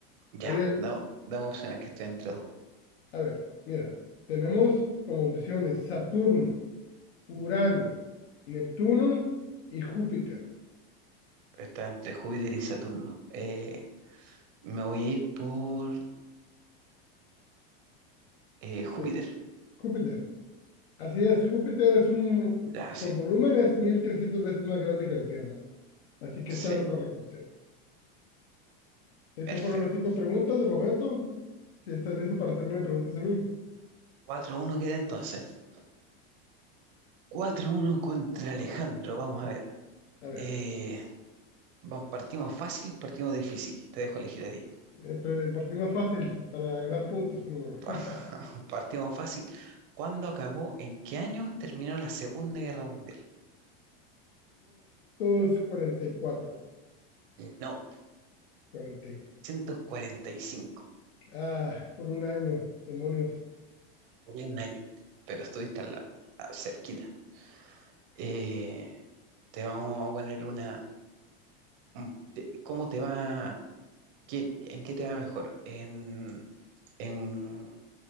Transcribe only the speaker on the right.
Ya,
damos opciones que estoy entre dos.
Está entre Júpiter y Saturno. Eh, me voy a ir por eh, Júpiter.
Ya, sí.
Sí,
perfecto.
4 uno queda entonces. 4 uno contra Alejandro. Vamos a ver.
Eh, vam- partimos fácil, partimos difícil. Te dejo elegir a ti.
<laughs>
Partimos fácil. ¿Cuándo acabó? ¿En qué año terminó la Segunda Guerra Mundial?
No,
1945.
Por un año. Pero estuviste al lado, a- cerquita. Eh, te vamos a poner una. un- te- ¿Cómo te va? qué- ¿en qué te va mejor? ¿En, en,